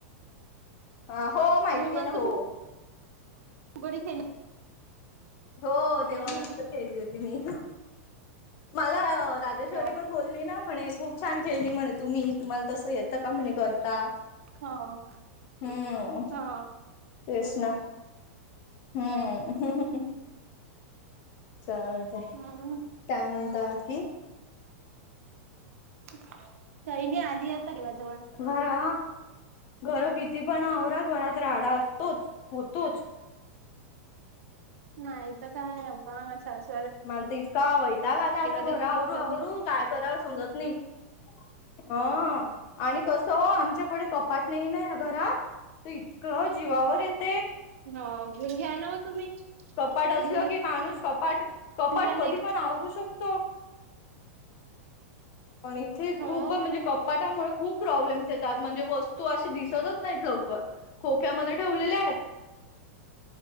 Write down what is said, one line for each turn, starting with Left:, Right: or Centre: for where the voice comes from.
Left: हा हो माहितीये
Right: तुम्ही मस्त
Left: ना हो.
Right: फुगडी खेली.
Left: हो
Right: हम्म
Left: तेव्हा मस्त खेळली होती मी मला रात्र. राजेश्वरी
Right: हो
Left: पण बोलली ना म्हणे खूप छान खेळली म्हणे तुम्ही तुम्हाला तसं येतं का म्हणे करता.
Right: ह
Left: हम्म
Right: हा.
Left: तेच ना हम्म. चालते
Right: हम्म
Left: काय म्हणता बाकी.
Right: काही नाही आधी आता दिवस जवळ.
Left: बरा घर किती पण आवरा घरात राहाडा असतोच होतोच.
Right: नाही तर काय अ्बा मा शासू.
Left: माणता इतका वैता ग आला आता
Right: तरी
Left: घर आवरू
Right: ती कमी
Left: आवरू गय करा समजात. ओ. आणि कसं, आमच्याकडे कपाट नाही ना या घरात. त इतकं जीवावर येत.
Right: हो घेऊन घ्या ना ओ तुम्ही.
Left: कपाट असलं
Right: घेऊन
Left: की माणूस, कपाट कपाट
Right: घ्या
Left: कधी
Right: ना
Left: पण आवरू शकतो. पण इथे
Right: हो
Left: खूप म्हणजे, कपाटामुळे खूप प्रॉब्लेम्स येतात. म्हणजे वस तू असे दिसतच नाही लवकर. खोक्यामध्ये ठेवलेले आहेत.